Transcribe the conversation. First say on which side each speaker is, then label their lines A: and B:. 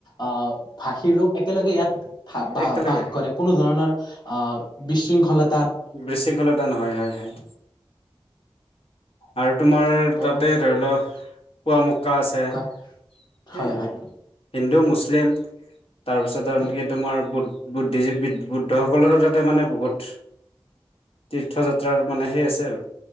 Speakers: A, on the left; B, on the left.
A: অহ ভাষিৰ লোক একেলগে ইয়াত বা বা
B: একেলগে
A: বাস কৰে কোনো ধৰণৰ অহ বিশৃংখলা
B: বিশৃংখলা নহয় হয় হয় আৰু তোমাৰ
A: ত'
B: তাতে ধৰি লোৱা পোৱা মুখ কা আছে
A: কোৱা
B: সেই
A: হয় হয়
B: হিন্দু মুছলিম মুছলিম তাৰপিছত আনকি
A: উম
B: তোমাৰ বুদ্ধ বুদ্ধিজীৱ বুদ্ধ সকলৰো তাতে মানে বহুত তীৰ্থ যাত্ৰাৰ মানে সেই আছে আৰু